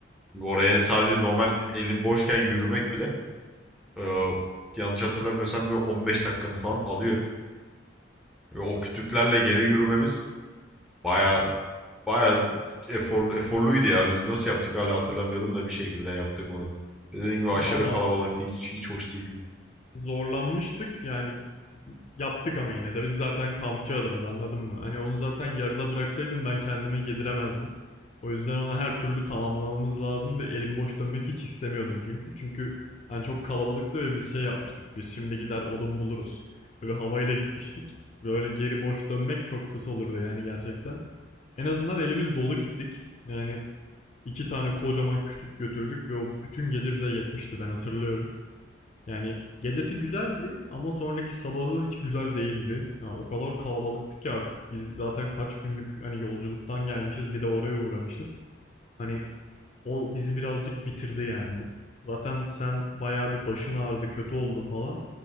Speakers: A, in the centre; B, on the left.
A: Oraya sadece normal elin boşken yürümek bile e, yanlış hatırlamıyorsam bir 15 dakikanı falan alıyor. Ve o kütüklerle geri yürümemiz Baya baya efor, eforluydu ya. Biz nasıl yaptık hala hatırlamıyorum da bir şekilde yaptık onu. Dediğim gibi aşırı
B: Valla
A: kalabalıktı. Hiç, hiç hoş değildi.
B: zorlanmıştık yani yaptık ama yine de biz zaten kampçı adamız anladın mı? Hani onu zaten yarıda bıraksaydım ben kendime yediremezdim. O yüzden ona her türlü tamamlamamız lazımdı. Elim boş dönmek hiç istemiyordum çünkü. Çünkü hani çok kalabalıktı ve biz şey yapmıştık. Biz şimdi gider odun buluruz. Böyle havayla gitmiştik. Böyle geri boş dönmek çok fıs olurdu yani gerçekten. En azından elimiz dolu gittik. Yani iki tane kocaman kütük götürdük ve o bütün gece bize yetmişti ben hatırlıyorum. Yani gecesi güzeldi ama sonraki sabahı hiç güzel değildi. Yani o kadar kalabalıktı ki artık biz zaten kaç günlük hani yolculuktan gelmişiz bir de oraya uğramışız. Hani o bizi birazcık bitirdi yani. Zaten sen bayağı bir başın ağrıdı, kötü oldun falan.